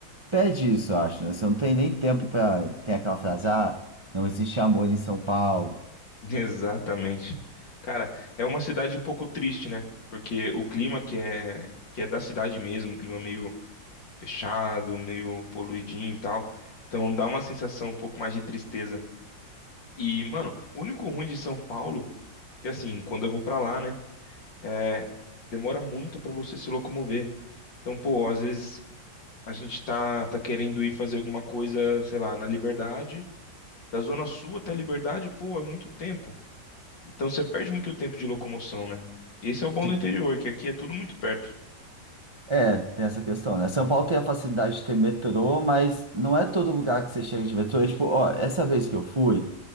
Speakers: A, on the right; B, on the left.
A: pede isso, eu acho, né? Você não tem nem tempo para. Tem aquela frase, ah, não existe amor em São Paulo.
B: <laughs> Exatamente. Cara, é uma cidade um pouco triste, né? Porque o clima que é, que é da cidade mesmo, um clima meio fechado, meio poluidinho e tal. Então dá uma sensação um pouco mais de tristeza. E, mano, o único ruim de São Paulo, que assim, quando eu vou pra lá, né, é demora muito pra você se locomover. Então, pô, às vezes a gente tá tá querendo ir fazer alguma coisa, sei lá, na Liberdade, da Zona Sul até a Liberdade, pô, é muito tempo. Então você perde muito tempo de locomoção, né? Esse é o bom
A: Se-
B: do interior, que aqui é tudo muito perto.
A: É, tem essa questão, né? São Paulo tem a facilidade de ter metrô, mas não é todo lugar que você chega de metrô. E, tipo, ó, essa vez que eu fui,